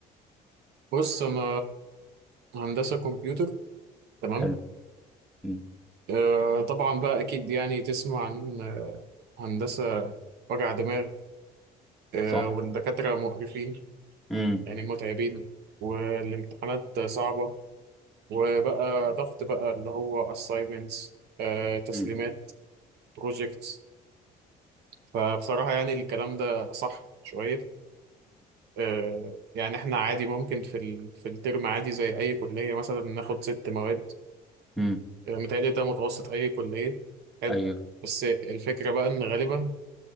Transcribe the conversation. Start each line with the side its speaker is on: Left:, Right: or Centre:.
Right: بص انا هندسة كمبيوتر تمام
Centre: حلو مم.
Right: آه طبعا بقى اكيد يعني تسمع عن آه، هندسة وجع دماغ آه
Centre: صح
Right: والدكاترة مقرفين
Centre: امم
Right: يعني متعبين والامتحانات صعبة وبقى ضغط بقى اللي هو assignments آه تسليمات
Centre: امم
Right: projects فبصراحة يعني الكلام ده صح شوية آه، يعني احنا عادي ممكن في ال... في الترم عادي زي اي كليه مثلا ناخد ست مواد
Centre: امم
Right: آه، متهيألي ده متوسط اي كليه حلو
Centre: ايوه
Right: بس الفكره بقى ان غالبا